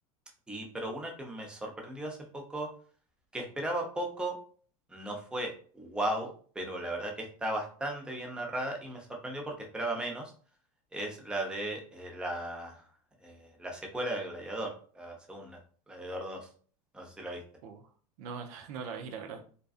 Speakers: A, in the centre; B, on the right (about 65°).
A: Y, pero una que me sorprendió hace poco, que esperaba poco, no fue wow, pero la verdad que está bastante bien narrada y me sorprendió porque esperaba menos, es la de eh, la, eh, la secuela del Gladiador, la segunda, Gladiador dos No sé si la viste,
B: Uh, no, la- <laughs> no la vi, la verdad.